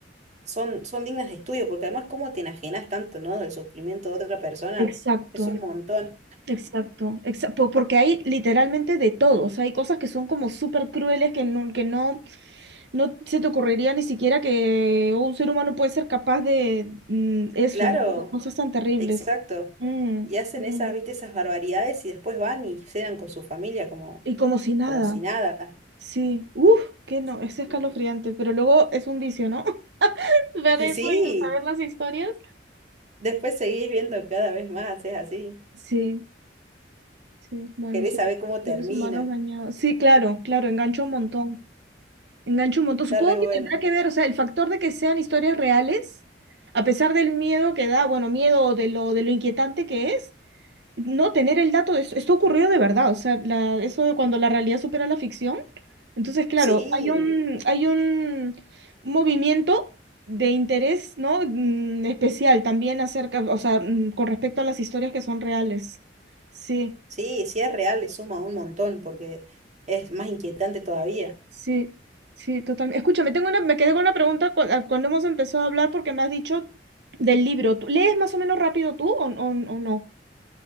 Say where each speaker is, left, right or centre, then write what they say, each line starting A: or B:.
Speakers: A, on the right (about 40°); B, on the right (about 70°).
A: son, son dignas de estudio, porque además, ¿cómo te enajenas tanto, ¿no? Del sufrimiento de otra persona.
B: Exacto,
A: Es un montón.
B: exacto, exacto. Porque hay literalmente de todo. O sea, hay cosas que son como súper crueles que no, que no. No se te ocurriría ni siquiera que un ser humano puede ser capaz de mm, eso,
A: Claro,
B: ¿no? De cosas tan terribles.
A: exacto.
B: Mm,
A: Y hacen
B: mm.
A: esas, viste, esas barbaridades y después van y cenan con su familia como,
B: Y como si nada.
A: como si nada.
B: Sí. Uf, que no,
A: Sí,
B: es escalofriante,
A: sí.
B: pero luego es un vicio, ¿no? <laughs> Ver eso
A: Sí,
B: y saber las historias.
A: después seguís viendo cada vez más, es así.
B: Sí, sí. Bueno,
A: Querés
B: so-
A: saber cómo
B: seres
A: termina,
B: humanos dañados. Sí, claro, claro, engancho un montón. Engancho un montón.
A: está
B: Supongo
A: re
B: que
A: bueno.
B: tendrá que ver, o sea, el factor de que sean historias reales, a pesar del miedo que da, bueno, miedo de lo, de lo inquietante que es. no tener el dato de esto, esto ocurrió de verdad, o sea, la, eso de cuando la realidad supera la ficción. Entonces, claro,
A: Sí,
B: hay un, hay un movimiento de interés, ¿no? Mm, especial también acerca, o sea, mm, con respecto a las historias que son reales. Sí,
A: sí, si es real, le suma un montón porque es más inquietante todavía.
B: sí, sí, totalmente. Escúchame, tengo una, me quedé con una pregunta cu- a- cuando hemos empezado a hablar porque me has dicho del libro. ¿Tú- ¿Lees más o menos rápido tú o, o o no?